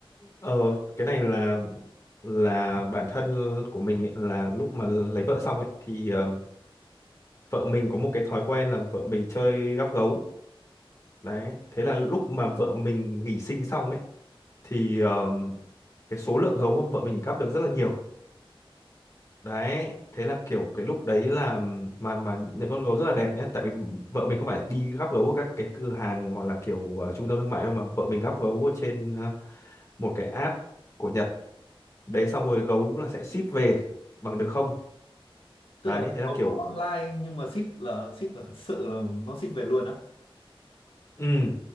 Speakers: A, on the left; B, on the left.
A: ờ cái này là là bản thân của mình ấy, là lúc mà lấy vợ xong ấy thì ờ, vợ mình có một cái thói quen là vợ mình chơi gắp gấu đấy thế là lúc mà vợ mình nghỉ sinh xong ấy thì ờ, cái số lượng gấu mà vợ mình gắp được rất là nhiều đấy thế là kiểu cái lúc đấy là mà mà những con gấu rất là đẹp nhé tại vì vợ mình không phải đi gắp gấu ở các cái cửa hàng hoặc là kiểu ờ, trung tâm thương mại đâu mà vợ mình gắp gấu ở trên ờ, một cái app của Nhật đấy xong rồi gấu là sẽ ship về bằng đường không
B: Tức
A: đấy
B: là
A: thế là
B: ông
A: kiểu
B: online nhưng mà ship là ship là thật sự là nó ship về luôn á.
A: ừ